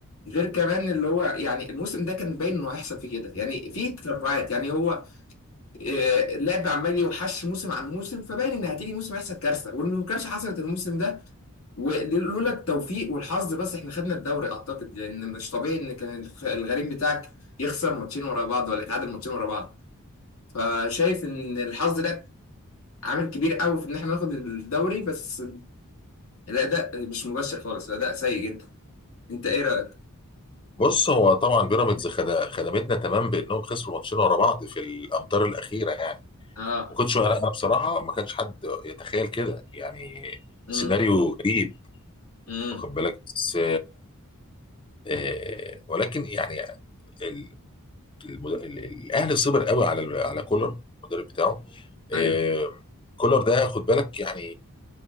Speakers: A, on the left; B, on the left.
A: غير كمان اللي هو يعني الموسم ده كان باين انه هيحصل فيه كده يعني في تتبعات يعني هو آه، اللعب عمال يوحش موسم عن موسم فباين ان هتيجي موسم هيحصل كارثه وان الكارثه حصلت الموسم ده ولولا التوفيق والحظ بس احنا خدنا الدوري اعتقد لان مش طبيعي ان كان الخ- الغريم بتاعك يخسر ماتشين ورا بعض ولا يتعادل ماتشين ورا بعض فشايف ان الحظ ده عامل كبير قوي في ان احنا ناخد الدوري بس الاداء مش مبشر خالص الاداء سيء جدا انت ايه رايك
B: بص هو طبعا بيراميدز خد... خدمتنا تمام بانهم خسروا ماتشين ورا بعض في الامتار الاخيره يعني
A: اه
B: ما كنتش انا أنا بصراحه ما كانش حد يتخيل كده يعني
A: امم
B: سيناريو غريب
A: امم
B: واخد بالك بس آه، ولكن يعني ال- المد- ال- الاهلي صبر قوي على ال- على كولر المدرب بتاعه آه،
A: ايوه
B: كولر ده خد بالك يعني